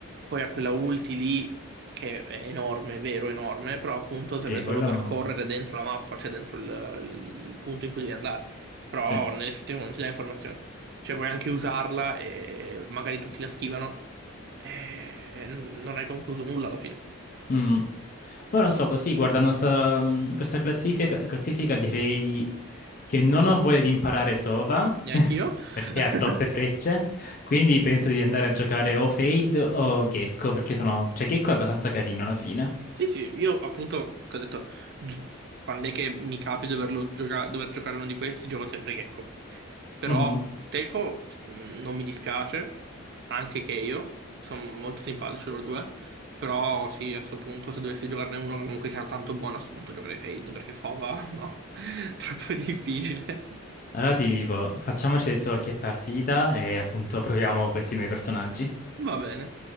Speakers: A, on the right; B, on the left.
A: Poi ha quella ulti lì, che è enorme, è vero, enorme, però appunto serve
B: sì,
A: solo
B: quello
A: per
B: mm,
A: correre dentro la mappa, cioè dentro il il punto in cui devi andare. Però
B: sì.
A: nell'effettivo non ti dà informazioni. Cioè puoi anche usarla e magari tutti la schivano e non hai concluso nulla alla fine.
B: Mm. Poi
A: Quindi
B: non so, così guardando sta- mh, questa classifica, classifica direi che non ho voglia di imparare Sova
A: neanche
B: <laughs>
A: io.
B: perché
A: <laughs>
B: ha troppe frecce, quindi penso di andare a giocare o Fade o Gecko perché sono... cioè Gecko è abbastanza carino alla fine.
A: Sì, sì, io appunto, che ho detto, gi- quando è che mi capi doverlo gioca- dover giocare uno di questi, gioco sempre Gecko. Però
B: Mhm.
A: Teco mh, non mi dispiace, anche che io, sono molto simpatici loro due, però sì, a questo punto se dovessi giocarne uno che comunque sia tanto buono, a questo punto giocherei Fade, perché Fova, no, <laughs> troppo difficile.
B: Allora ti dico, facciamoci adesso qualche partita e appunto proviamo questi nuovi personaggi.
A: Va bene.